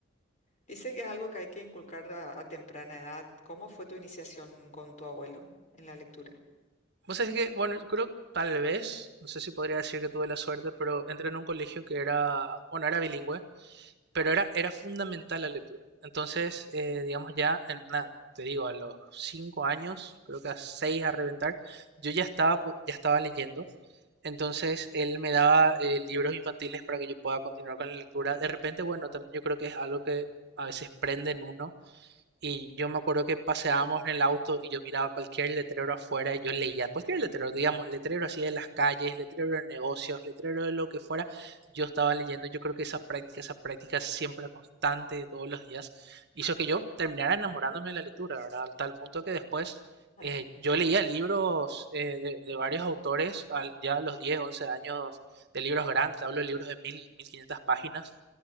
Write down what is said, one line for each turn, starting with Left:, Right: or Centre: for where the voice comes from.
Left: Dicen que es algo que hay que inculcar a, a temprana edad. ¿Cómo fue tu iniciación con tu abuelo en la lectura?
Right: Vos sabés que, bueno, yo creo tal vez, no sé si podría decir que tuve la suerte, pero entré en un colegio que era, bueno, era bilingüe, pero era, era fundamental la lectura. Entonces, eh, digamos ya, en- na- te digo, a los cinco años, creo que a seis a reventar, yo ya estaba, ya estaba leyendo. Entonces, él me daba eh, libros infantiles para que yo pueda continuar con la lectura. De repente, bueno, también yo creo que es algo que a veces prende en uno y yo me acuerdo que paseábamos en el auto y yo miraba cualquier letrero afuera y yo leía cualquier letrero, digamos, letrero así de las calles, letrero de negocios, letrero de lo que fuera. Yo estaba leyendo, yo creo que esa práctica, esa práctica siempre constante de todos los días, hizo que yo terminara enamorándome de la lectura, ¿verdad? Al tal punto que después
Left: Ah,
Right: eh, yo leía libros eh, de, de varios autores al- ya a los diez once años de libros grandes, te hablo de libros de mil mil quinientas páginas.